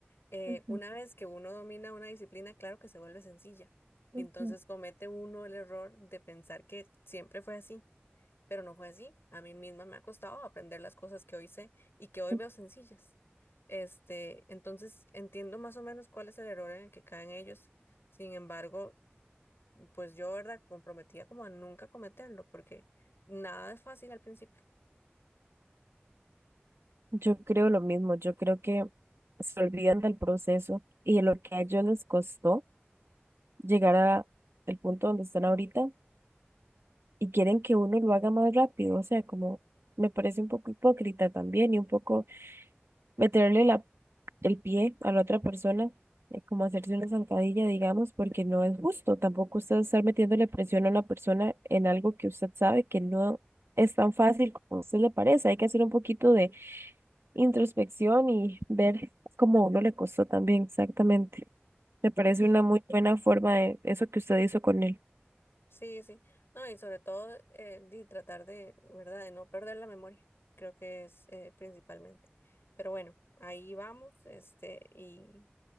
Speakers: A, on the left; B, on the right.
A: Eh,
B: Ujú,
A: una vez que uno domina una disciplina, claro que se vuelve sencilla. Y
B: ujú,
A: entonces comete uno el error de pensar que siempre fue así, pero no fue así. A mí misma me ha costado aprender las cosas que hoy sé y que hoy
B: ujú.
A: veo sencillas. Este, entonces entiendo más o menos cuál es el error en el que caen ellos. Sin embargo, pues yo, ¿verdad? Comprometía como a nunca cometerlo, porque nada es fácil al principio.
B: Yo creo lo mismo, yo creo que se olvidan del proceso y de lo que a ellos les costó llegar a el punto donde están ahorita y quieren que uno lo haga más rápido, o sea, como me parece un poco hipócrita también y un poco meterle la el pie a la otra persona, eh, como hacerse una zancadilla, digamos, porque no es justo. Tampoco usted estar metiéndole presión a una persona en algo que usted sabe que no es tan fácil como a usted le parece. Hay que hacer un poquito de introspección y ver cómo a uno le costó también, exactamente. Me parece
A: Sí.
B: una muy buena forma de eso que usted hizo con él.
A: Sí, sí. No, y sobre todo eh, de tratar de, ¿verdad? De no perder la memoria. Creo que es eh, principalmente. Pero bueno, ahí vamos, este, y,